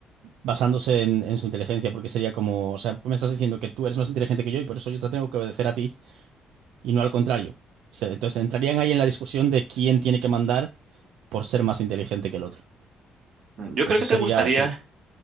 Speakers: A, on the right; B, on the right.
A: basándose en, en su inteligencia, porque sería como, o sea, me estás diciendo que tú eres más inteligente que yo y por eso yo te tengo que obedecer a ti y no al contrario. Se- Entonces entrarían ahí en la discusión de quién tiene que mandar por ser más inteligente que el otro.
B: Mm, Yo
A: Eso
B: creo que te
A: sería,
B: gustaría,
A: sería-